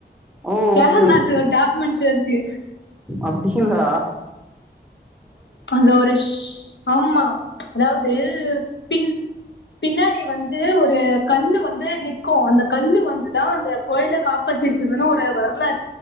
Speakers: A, in the centre; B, on the left.
A: ஓ
B: கேகர்நாத்
A: ஓகே
B: ஒரு டாக்குமென்ட்ரி இருக்கு
A: அப்பிடிங்களா
B: அங்க ஒரு ஆமா அதாவது பின் பின்னாடி வந்து ஒரு கல்லு வந்து நிக்கு அந்த கல்லு வந்து தா அந்த கோயில காப் பச்சிருக்குதுனு ஒரு வரலாறு